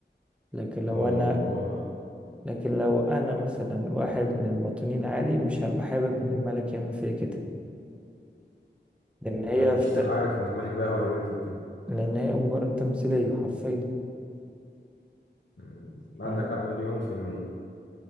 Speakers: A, in the centre; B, on the left.
A: لكن لو
B: اوه
A: انا لكن لو انا مثلا واحد من المواطنين عادي مش هبقى حابب ان الملك يعمل فيا كده لان هي
B: ما انت مش
A: فت...
B: هتبقى عارف ان الملك بقى هو اللي بيعمل في الكلمه
A: لان هي مجرد تمثيلية حرفيا
B: مم. عندك
A: فاهم
B: حق مليون في المية